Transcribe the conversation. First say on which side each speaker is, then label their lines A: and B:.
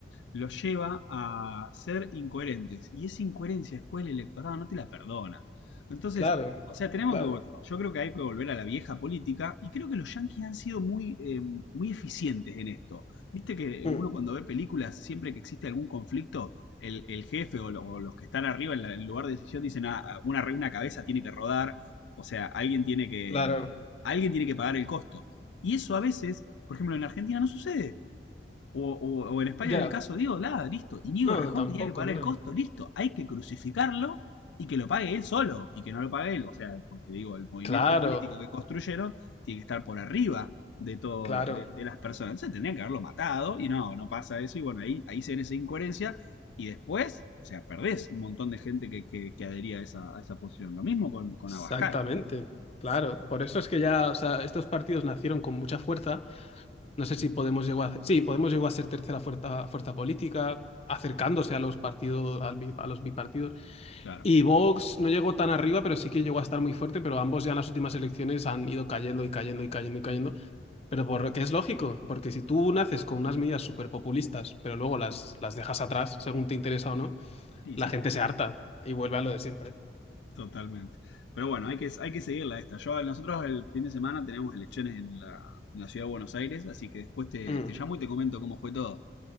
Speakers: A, on the left; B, on the left.
A: los lleva a ser incoherentes. Y esa incoherencia después el electorado no te la perdona. Entonces,
B: Claro,
A: o sea, tenemos
B: claro,
A: que, yo creo que hay que volver a la vieja política y creo que los yanquis han sido muy, eh, muy eficientes en esto. Viste que
B: mm,
A: uno cuando ve películas, siempre que existe algún conflicto, el, el jefe o, lo- o los que están arriba en el lugar de decisión dicen, "Ah, una, una cabeza tiene que rodar, o sea, alguien tiene que,
B: claro.
A: alguien tiene que pagar el costo. Y eso a veces, por ejemplo, en Argentina no sucede. O, o- o en España
B: Ya.
A: en el caso, digo, nada, listo. Íñigo
B: No,
A: Rejón
B: tampoco,
A: tenía que pagar
B: claro.
A: el costo, listo. Hay que crucificarlo y que lo pague él solo y que no lo pague él. O sea, porque digo, el movimiento
B: Claro,
A: político que construyeron tiene que estar por arriba de todo,
B: claro,
A: de, de las personas. Entonces tendrían que haberlo matado y no, no pasa eso. Y bueno, ahí, ahí se ven esa incoherencia y después, o sea, perdés un montón de gente que, que, que adhería a esa, a esa posición. Lo mismo con, con
B: exactamente.
A: Abascal,
B: Claro, por eso es que ya, o sea, estos partidos nacieron con mucha fuerza. No sé si Podemos llegó a, sí, Podemos llegó a ser tercera fuerza, fuerza política, acercándose a los partidos, al bi- a los bipartidos.
A: claro.
B: Y Vox no llegó tan arriba, pero sí que llegó a estar muy fuerte, pero ambos ya en las últimas elecciones han ido cayendo y cayendo y cayendo y cayendo. Pero por lo que es lógico, porque si tú naces con unas medidas súper populistas, pero luego las, las dejas atrás, según te interesa o no,
A: Sí,
B: la
A: sí.
B: gente se harta y vuelve a lo de siempre.
A: Totalmente. Pero bueno, hay que, hay que seguirla esta. Yo, nosotros el fin de semana tenemos elecciones en la, en la ciudad de Buenos Aires, así que después te,
B: Mm.
A: te llamo y te comento cómo fue todo.